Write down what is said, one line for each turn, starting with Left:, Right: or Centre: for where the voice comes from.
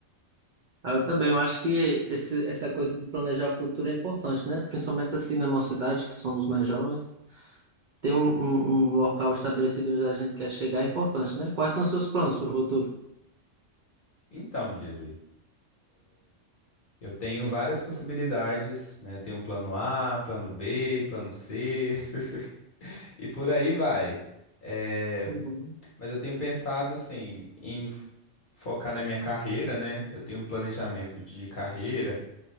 Right: Ah, eu também, eu acho que esse- essa coisa de planejar o futuro é importante, né? Principalmente assim na nossa idade, que somos mais jovens. Ter um, um, um local estabelecido onde a gente quer chegar é importante, né? Quais são os seus planos para o futuro?
Left: Então, Jedway. Eu tenho várias possibilidades, né? Eu tenho plano A, plano B, plano C, <laughs> e por aí vai. Eh,
Right: uhum,
Left: Mas eu tenho pensado, assim, em f- focar na minha carreira, né? Eu tenho um planejamento de carreira